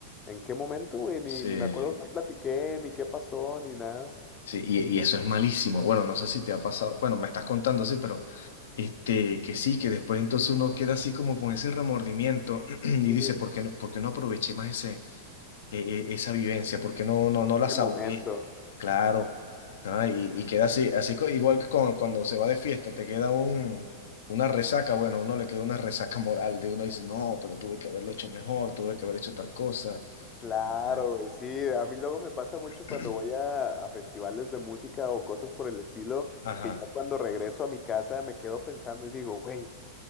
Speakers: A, on the left; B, on the left.
A: ¿en qué momento, güey? Ni,
B: Sí.
A: ni me acuerdo qué platiqué, ni qué pasó, ni nada.
B: Sí, y, y eso es malísimo. Bueno, no sé si te ha pasado, bueno, me estás contando así, pero este, que sí, que después entonces uno queda así como con ese remordimiento <clears throat> y
A: Sí,
B: dice, ¿por qué no, por qué no aproveché más ese, e- e- esa vivencia? ¿Por qué no, no, no la
A: ese
B: saboreé?
A: momento.
B: Claro. Ah, y, y queda así, así co- igual que con- cuando se va de fiesta, te queda un, una resaca, bueno, a uno le queda una resaca moral de uno dice, no, pero tuve que haberlo hecho mejor, tuve que haber hecho tal cosa.
A: Claro,
B: Y, eh,
A: güey, sí, a mí luego me pasa mucho
B: <clears throat>
A: cuando voy a, a festivales de música o cosas por el estilo,
B: Ajá.
A: que ya cuando regreso a mi casa me quedo pensando y digo, güey.